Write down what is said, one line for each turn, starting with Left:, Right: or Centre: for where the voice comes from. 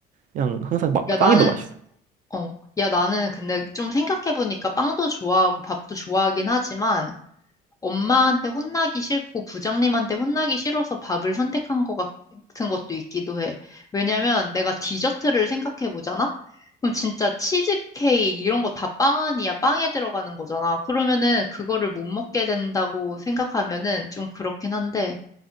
Right: 그냥 항상 마-
Left: 야,
Right: 빵이
Left: 나는,
Right: 더 맛있어.
Left: 어, 야, 나는 근데 좀 생각해보니까 빵도 좋아하고 밥도 좋아하긴 하지만 엄마한테 혼나기 싫고 부장님한테 혼나기 싫어서 밥을 선택한 것 같은 것도 있기도 해. 왜냐면 내가 디저트를 생각해보잖아? 그럼 진짜 치즈케이크 이런 거 다 빵 아니야? 빵에 들어가는 거잖아. 그러면은 그거를 못 먹게 된다고 생각하면은 좀 그렇긴 한데.